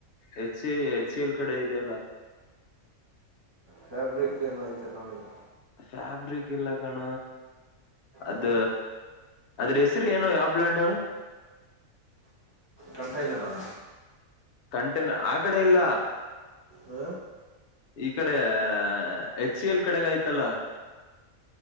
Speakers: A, on the left (about 50°); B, on the right (about 20°).
A: ಹೆಚ್ಚ ಹೆಚ್ ಎಲ್ ಕಡೆ ಇದೆಯಲ್ಲ
B: ಫೇಬ್ರಿಕ್ ಏನೋ ಐತೆ ನೋಡು.
A: ಫ್ಯಾಬ್ರಿಕ್ ಇಲ್ಲ ಕಣ ಅದ
B: ಹಾಂ
A: ಅದ್ರ ಹೆಸರು ಏನು ಯಾವ ಪ್ಲಾಂಟ್ ಹೇಳು
B: ಕಂಟೈನರಾ
A: ಕಂಟ್ ಅಕಡೆ ಇಲ್ಲ
B: ಹ
A: ಈ ಕಡೆ ಎಚ್ ಸಿ ಎಲ್ ಕಡೆಗ ಆಯ್ತಲ್ಲ.